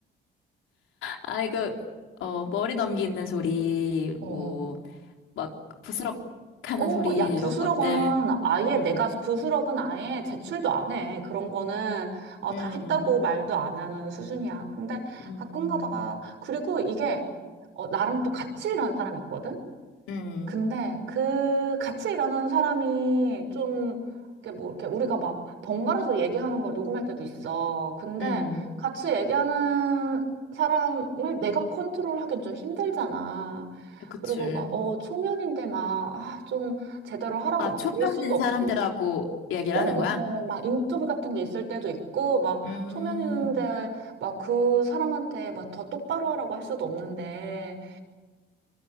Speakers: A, on the left; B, on the right.
A: 아, 이거, 어, 머리 넘기는 소리,
B: 어,
A: 뭐,
B: 어.
A: 막, 부스럭 하는
B: 어,
A: 소리,
B: 야, 부스럭은
A: 이런 것들.
B: 아예
A: 음,
B: 내가 부스럭은 아예 제출도 안 해. 그런 거는 어,
A: 음,
B: 다 했다고 말도 안 하는 수준이야. 근데
A: 음,
B: 가끔 가다가 그리고 이게 어, 나랑 또 같이 일하는 사람이 있거든?
A: 음,
B: 근데 그 같이 일하는 사람이 좀 이렇게 뭐 이렇게 우리가 막 번갈아서 얘기하는 걸 녹음할 때도 있어. 근데
A: 음.
B: 같이 얘기하는 사람을 내가 컨트롤하긴 좀 힘들잖아.
A: 그치.
B: 그리고 막, 어, 초면인데 막, 아, 좀 제대로 하라고
A: 아,
B: 막
A: 초면인
B: 그럴 수도 없고.
A: 사람들하고 얘기를
B: 어,
A: 하는
B: 어,
A: 거야?
B: 어, 막 인터뷰 같은 게 있을 때도 있고, 막
A: 음,
B: 초면인데 막 그 사람한테 막 더 똑바로 하라고 할 수도 없는데.